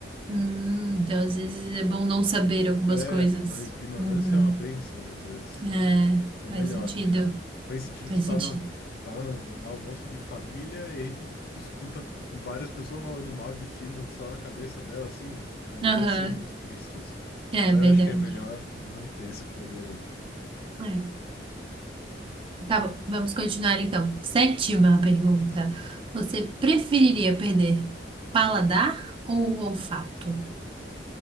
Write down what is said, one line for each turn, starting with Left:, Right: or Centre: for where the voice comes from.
Right: Hum, então, às
Left: Tipo,
Right: vezes é bom não saber algumas
Left: é,
Right: coisas.
Left: a ignorância
Right: Uhum.
Left: é uma bênção, às vezes.
Right: É,
Left: É
Right: faz
Left: melhor,
Right: sentido.
Left: melhor. Pensa, tipo,
Right: Faz
Left: tu tá
Right: sentido.
Left: no, tá no almoço de família, e aí tu escuta várias pessoas falando mal de ti no- só na cabeça dela, assim, aí
Right: Aham.
Left: ia ser muito triste isso. Então
Right: É verdade.
Left: eu acho que é melhor não ter esse poder ainda.
Right: É. Tá bom, vamos continuar então. Sétima pergunta. Você preferiria perder paladar ou olfato?